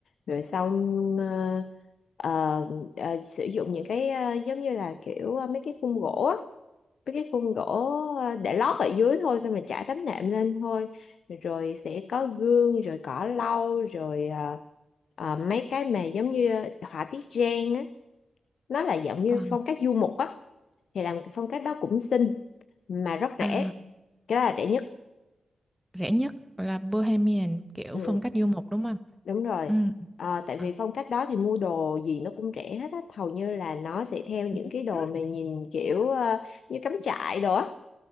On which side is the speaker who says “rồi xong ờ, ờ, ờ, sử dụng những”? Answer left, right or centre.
Left